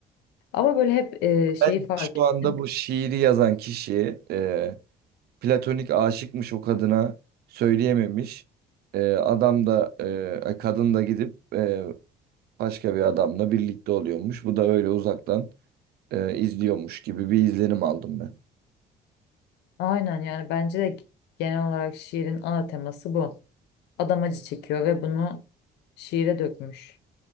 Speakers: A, on the left; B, on the right.
A: Ama böyle hep e, şeyi
B: Ben
A: fark
B: şu
A: ettim.
B: anda bu şiiri yazan kişi e, platonik aşıkmış o kadına söyleyememiş. E, adam da e, e, kadın da gidip e, başka bir adamla birlikte oluyormuş. Bu da öyle uzaktan e, izliyormuş gibi bir izlenim aldım ben.
A: Aynen yani bence de genel olarak şiirin ana teması bu. Adam acı çekiyor ve bunu şiire dökmüş.